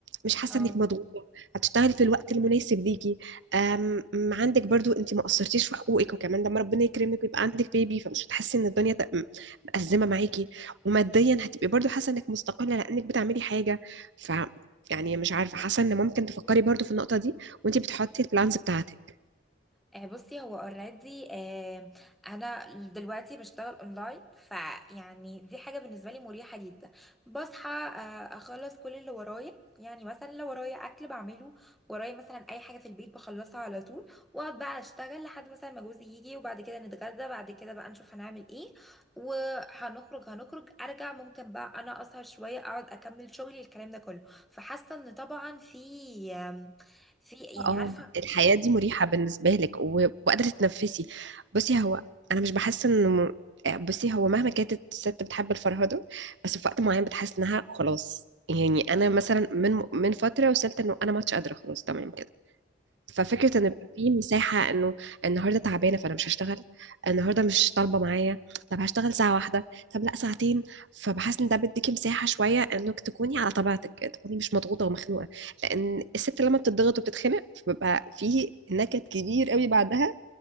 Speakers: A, on the right (about 75°); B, in the centre.
A: مش حاسه
B: اه
A: انك مضغوطه هتشتغلي في الوقت المناسب ليكي أم أم عندك برضو انت ما قصرتيش في حقوقك وكمان لما ربنا يكرمك ويبقى عندك بيبي فمش هتحسي ان الدنيا تق- م- مأزمه معاكي وماديا هتبقي برضو حاسه انك مستقله لانك بتعملي حاجه ف يعني مش عارفه حاسه ان ممكن تفكري برضو في النقطه دي وانت بتحطي البلانز بتاعتك
B: آه، بصي هو اوريدي انا دلوقتي بشتغل اونلاين فيعني دي حاجه بالنسبه لي مريحه جدا بصحى آه، اخلص كل اللي ورايا يعني مثلا لو ورايا اكل بعمله ورايا مثلا اي حاجه في البيت بخلصها على طول واقعد بقى اشتغل لحد مثلا ما جوزي يجي وبعد كده نتغدى بعد كده بقى نشوف هنعمل ايه وهنخرج هنخرج ارجع ممكن بقى انا اسهر شويه اقعد اكمل شغلي الكلام ده كله فحاسه ان طبعا في آم، في يعني
A: اه
B: عارفه
A: الحياة
B: في
A: دي مريحة بالنسبة لك و- وقادرة تتنفسي بصي هو أنا مش بحس إنه بصي هو مهما كانت الست بتحب الفرهدة بس في وقت معين بتحس إنها خلاص يعني أنا مثلا من من فترة وصلت إنه أنا ما عادش قادرة خلاص تمام كده ففكرة ان يبقى في مساحة انه النهاردة تعبانة فانا مش هشتغل النهاردة مش طالبة معايا طب هشتغل ساعة واحدة طب لا ساعتين فبحس ان ده بيديكي مساحة شوية انك تكوني على طبيعتك تكوني مش مضغوطة ومخنوقة لان الست لما بتضغط وبتتخنق فبيبقى في نكد كبير قوي بعدها